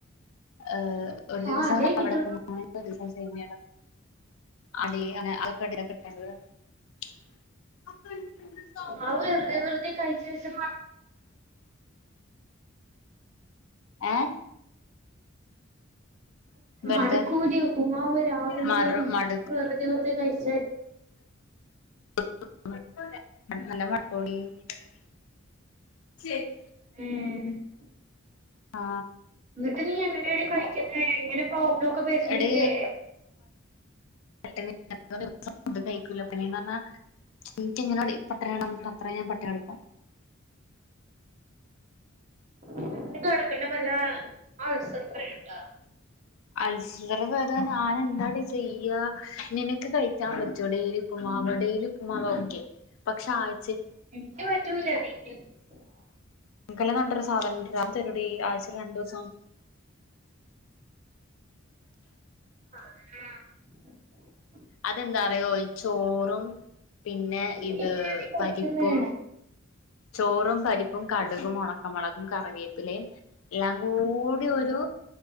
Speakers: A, on the left; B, on the right.
A: ഏ- <unintelligible>
B: ആഹ് അതേ കിട്ടുള്ളൂ
A: <unintelligible>
B: അവര് വെറുതെ വെറുതേ കഴിചേച്ച് മാ
A: ഏ വെറുതെ
B: മടുക്കൂലേ ഉപ്പുമാവ് രാവിലെയും
A: മറു മടു
B: വെറുതേ വെറുതേ <unintelligible>
A: <unintelligible>
B: <unintelligible>
A: ആ
B: എന്നിട്ട് നീ എങ്ങനെയാടി കഴിക്കുന്നേ? എങ്ങ പ്രോബ്ലമൊക്കെ വരുന്നില്ലേ?
A: എടി <inaudible> ദിവസവും ഫുഡ്കഴിക്കുല പിന്നെന്ന് പറഞ്ഞാ <unintelligible> ത്ര ഞാൻ പട്ടിണി കിടക്കും.
B: <unintelligible> ക്ക്നപല്ല അൾസർ <unintelligible>
A: അൾസറ് വരാൻ ഞാനെന്താടി ചെയ്യാ നിനക്ക് കഴിക്കാൻ വെച്ചൂടെ ഈ ഒരു ഉപ്പുമാവ് ഡെയിലി ഉപ്പുമാവ് ഓകെ പക്ഷേ ആഴ്
B: എനിക്കു പറ്റൂല <unintelligible>
A: <unintelligible> സാധനണ്ട് ഗ്രാം തരുടീ ആഴ്ചെ രണ്ടൂസം
B: ആ
A: അതെന്താറിയോ ഈ ചോർ പിന്നെ ഇത്
B: എങ്ങനെയാണ് കളിക്കുന്നേ
A: പരിപ്പും ചോറും, പരിപ്പും, കടുകും, ഉണക്ക മുളകും, കറിവേപ്പിലയും എല്ലാം കൂടി ഒരു